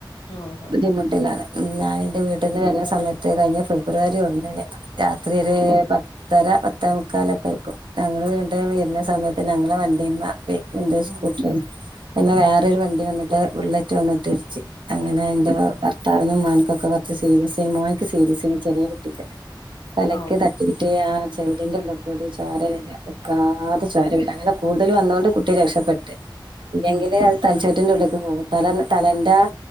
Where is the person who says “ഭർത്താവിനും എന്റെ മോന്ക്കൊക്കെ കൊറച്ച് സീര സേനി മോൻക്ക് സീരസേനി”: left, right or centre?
Right